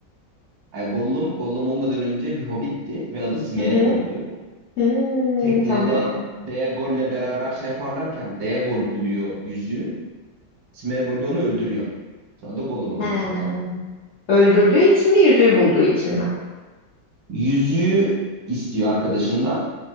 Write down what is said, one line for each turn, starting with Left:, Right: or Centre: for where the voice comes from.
Right: yani Gollum, Gollum olmadan önce bir hobbitti ve adı Smeagol'dü.
Left: Hı hı. Hmm,
Right: Teknede
Left: tamam.
Right: Diegol'le beraber şey yaparlarken Diegol buluyor yüzüğü. Smeagol de onu öldürüyor. Sonra da Gollum'a
Left: Ha.
Right: dönüşüyor zaten.
Left: Öldürdüğü için mi, yüzüğü bulduğu için mi?
Right: Yüzüğü istiyor arkadaşından.